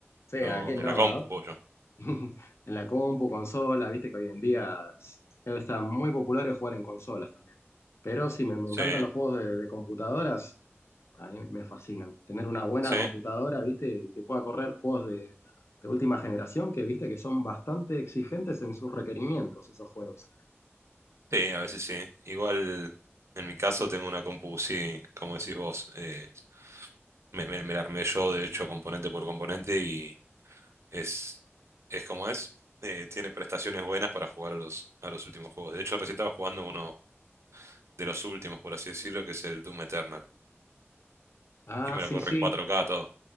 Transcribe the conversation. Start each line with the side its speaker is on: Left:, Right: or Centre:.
Left: Sí, ¿a
Right: Lo,
Left: quién
Right: en
Left: no,
Right: la compu,
Left: no?
Right: pollo.
Left: <laughs> En la compu, consola, viste que hoy en día es- está muy popular el jugar en consolas también. Pero sí, me, me
Right: Sí,
Left: encantan los juegos de, de computadoras, a mí me me fascinan. Tener una buena
Right: sí,
Left: computadora, viste, y te pueda correr juegos de, de última generación que viste que son bastante exigentes en sus requerimientos, esos juegos.
Right: sí, a veces sí. Igual en mi caso tengo una compu, sí, como decís vos, eh, me, me, me la armé yo, de hecho, componente por componente y es, es como es. Eh, tiene prestaciones buenas para jugar a los, a los últimos juegos. De hecho, recién estaba jugando uno. de los últimos, por así decirlo, que es el Doom Eternal.
Left: Ah,
Right: Y me
Left: sí,
Right: lo corre
Left: sí,
Right: en 4K todo.